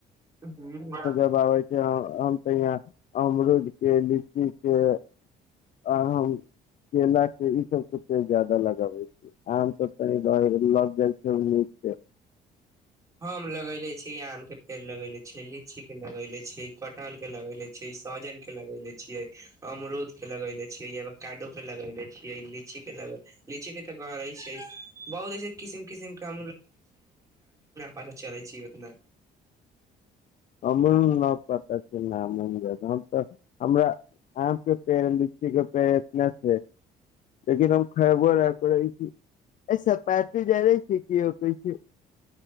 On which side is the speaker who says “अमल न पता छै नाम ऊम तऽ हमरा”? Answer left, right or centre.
Left